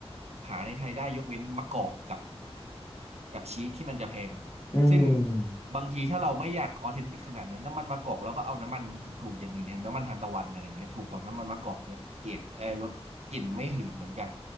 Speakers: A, on the right (about 85°); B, on the left (about 25°).
A: หาในไทยได้ยกเว้นมะกอกกับ กับชีสที่มันจะแพง
B: อืม
A: ซึ่งบางทีถ้าเราไม่อยากออเทนติกขนาดนั้นน้ำมันมะกอกเราก็เอาน้ำมันถูกๆอย่างอื่นแทนน้ำมันทานตะวันอะไรอย่างเงี้ยถูกกว่าน้ำมันมะกอกเยอะเกรดเออลดกลิ่นไม่หืนเหมือนกัน